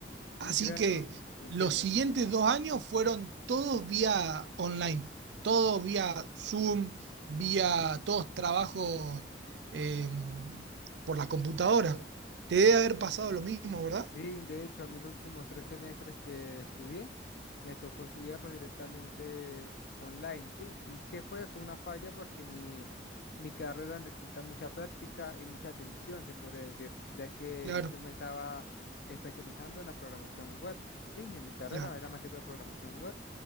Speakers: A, on the left; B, on the right.
A: sí,
B: Así
A: claro,
B: que
A: te entiendo.
B: los siguientes dos años fueron todos vía online, todos vía Zoom, vía todos trabajos eh, por la computadora. Te debe haber pasado lo mismo, ¿verdad?
A: Sí, de hecho, a mí los últimos tres semestres que estudié, me tocó estudiarlo directamente online, ¿sí? ¿Y qué fue? Fue una falla porque mi, mi carrera necesita mucha práctica y mucha atención, se podría decir, ya que
B: Claro,
A: yo me estaba especializando en la programación web, ¿sí? En mi carrera
B: claro.
A: era más que todo programación web.